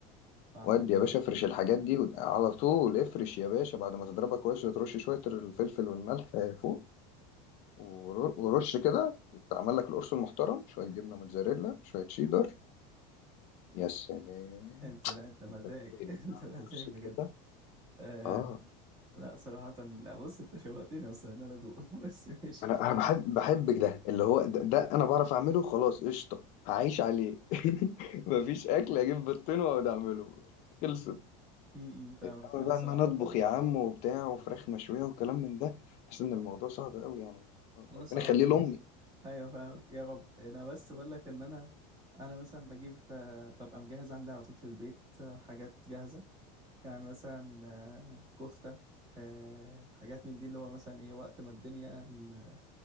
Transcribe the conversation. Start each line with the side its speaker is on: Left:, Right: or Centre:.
Right: فاهمك
Left: وادي
Right: أه
Left: يا باشا افرش الحاجات دي وت- على طول افرش يا باشا بعد ما تضربها كويس وترش شويه الفلفل والملح آه، فوق ور- ورش كده تعمل لك القرص المحترم شويه جبنه موتزاريلا شويه شيدر يا سلام
Right: أنت لا أنت مزاج
Left: انت بتقلب
Right: <laughs> أنت
Left: بقى القرص
Right: مزاج بجد
Left: كده
Right: آه...
Left: اه
Right: لا صراحة لا بص أنت شوقتني أصلا إن أنا أدوق <laughs> بس ماشي
Left: انا انا بحب بحب ده اللي هو ده, ده انا بعرف اعمله خلاص قشطه هعيش عليه <laughs> مفيش اكل اجيب بطين واقعد اعمله خلصت
Right: م-م. فاهمك
Left: إنما
Right: أنا
Left: بقى
Right: صراحة
Left: إن أنا أطبخ يا عم وبتاع وفراخ مشوية وكلام من ده بحس إن الموضوع صعب أوي يعني ربنا
Right: أنا صراحة
Left: يخليه لأمي
Right: أيوه فاهمك يا رب أنا بس بقول لك إن أنا أنا مثلا بجيب آه، ببقى مجهز عندي على طول في البيت آه، حاجات جاهزة يعني مثلا آه، كفتة آه، حاجات من دي اللي هو مثلا ايه وقت ما الدنيا ال-